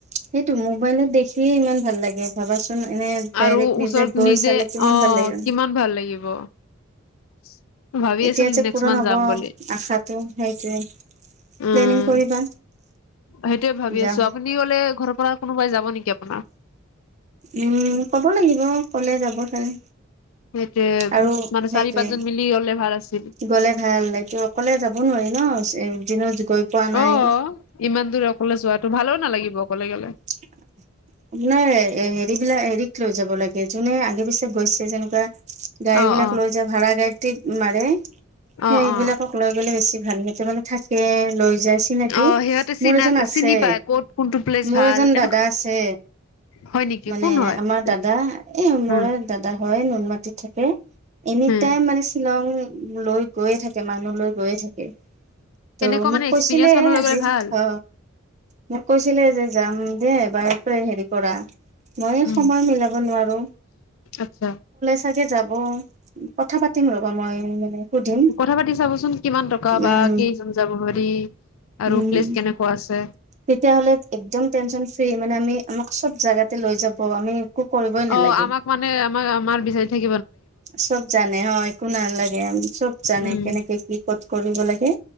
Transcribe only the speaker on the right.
সেইটো মোবাইলত দেখিয়ে ইমান ভাল লাগে ভাবাচোন এনে ডাইৰেক্ট
গৈ
চালে কিমান
ভাল লাগিব।
এতিয়া
যে
পূৰণ
হ'ব
আশাটো সেইটোৱে
প্লেনিং কৰিবা
যাম।
উম কব লাগিব কলে যাব চাগে
আৰু
সেইটোৱে
গ'লে ভাল অকলে যাব নোৱাৰি ন এদিনত গৈ পোৱা নাই
<unintelligible> হেৰিবলাক হেৰিক লৈ যাব লাগে যোনে আগে পিছে গৈছে যেনেকুৱা গাড়ী
বিলাক
লৈ যায় ভাড়া গাড়ী মাৰে হে
এইবিলাকক
লৈ গলে বেছি ভাল সিহতে মানে থাকে লৈ যায় চিনাকি
মোৰ
এজন আছে আছে
মোৰ
এজন
দাদা আছে
মানে
আমাৰ দাদা এ মৰে
দাদা হয় নুনমাটিত থাকে এনি
টাইম মানে শ্বিলং লৈ গৈয়ে থাকে মানুহ লৈ গৈয়ে থাকে ত
মোক
কৈছিলে
আজি
অ মোক কৈ যাম দে এবাৰ হেৰি কৰা মই
সময় মিলাব নোৱাৰো
চাগে যাব কথা পাতিম ৰ'বা মই সুধিম
উম
উম
তেতিয়াহ'লে একদম টেনচন ফ্ৰী মানে আমি আমাক চব জাগাতে লৈ যাব আমি একো কৰিবই
নালাগে
চব জানে হয় একো নালাগে চব জানে
কেনেকে কি ক'ত কৰিব লাগে